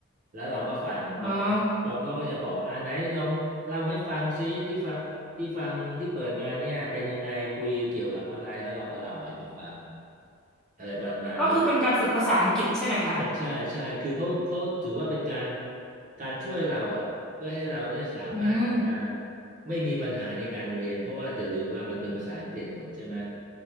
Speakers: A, on the right (about 35°); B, in the centre.
A: แล้วเราก็ฟังพอฟังพอเขาก็จะบอกว่าอ่าไหนลองเล่าให้ฟังซิที่ฟังที่ฟังที่เปิดมาเนี่ยเป็นยังไงคุยเกี่ยวกับอะไรแล้วเราก็เล่าให้เขาฟัง
B: อ่า
A: อะไรประมาณนี้
B: ก็คือเป็นการฝึกภาษาอังกฤษใช่ไหมคะ
A: ใช่ใช่ใช่คือเขาเขาถือว่าเป็นการการช่วยเราอ่ะเพื่อให้เราเนี่ยสามมารถที่จะ
B: อืม
A: ไม่มีปัญหาในการเรียนเพราะว่าอย่าลืมว่ามันเป็นภาษาอังกฤษหมดใช่ไหม